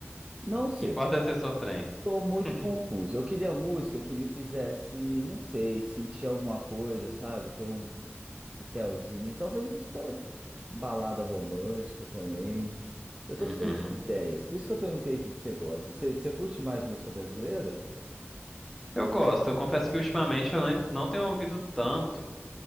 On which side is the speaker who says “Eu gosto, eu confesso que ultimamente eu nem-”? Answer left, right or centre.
Centre